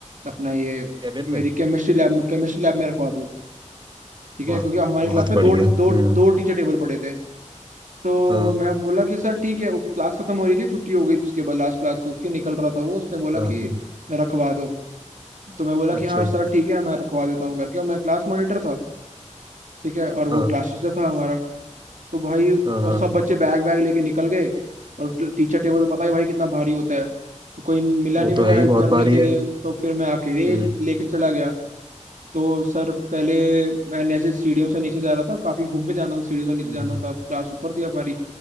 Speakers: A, on the right; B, on the right.
A: अपना ये
B: कैबिन में
A: मेरी केमिस्ट्री लैब केमिस्ट्री लैब में रखवा दो ठीक
B: वाह
A: है क्योंकि हमारी क्लास
B: बहुत
A: में
B: बढ़िया
A: दो
B: हम्म
A: दो दो टीचर टेबल पड़े थे तो
B: हाँ
A: मैं बोला कि सर ठीक है वो क्लास खत्म हो रही थी छुट्टी हो गई थी उसके बाद लास्ट क्लास थी उसकी निकल रहा था वो उसने बोला
B: हाँ
A: कि
B: हाँ
A: रखवा दो तो मैं बोला कि
B: अच्छा
A: हाँ सर ठीक है मैं रखवा देता हूँ करके और मैं क्लास मॉनिटर था ठीक है और वो
B: हाँ
A: क्लास टीचर था हमारा तो भाई
B: हाँ
A: और
B: हाँ
A: सब बच्चे बैग वैग लेके निकल गए और टीचर टेबल तो पता ही भाई कितना भारी होता है तो कोई मिला
B: वो
A: नहीं मेरे
B: तो है
A: को हेल्प
B: ही बहुत
A: करने
B: भारी
A: के
B: है
A: लिए तो फिर मैं अकेले
B: हम्म
A: ही लेके चला गया तो सर पहले मैं नीचे सीढ़ियों से नीचे जा रहा था काफी घूम के जाना था सीढ़ियों से नीचे
B: हम्म
A: जाना था क्लास ऊपर थी हमारी